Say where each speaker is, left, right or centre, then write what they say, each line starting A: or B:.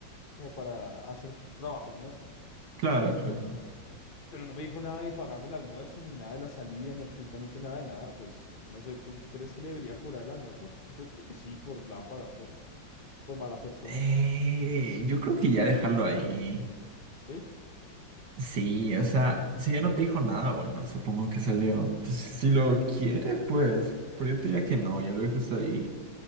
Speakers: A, on the left; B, on the right.
A: como para hacer trabajos, ¿no?
B: Claro,
A: Y
B: claro.
A: yo, pero no me dijo nada de pagarme el almuerzo, ni nada de la salida, ni absolutamente nada de nada. Pues no sé, ¿tú crees que le debería cobrar el almuerzo? Yo creo que sí, por lámpara, por, por mala persona.
B: Eh, yo creo que ya dejarlo ahí.
A: ¿Sí?
B: Sí, o sea, si ya no te dijo nada, bueno, supongo que salió. Pues, si lo quieres, pues. Pero yo te diría que no, ya lo dejas ahí.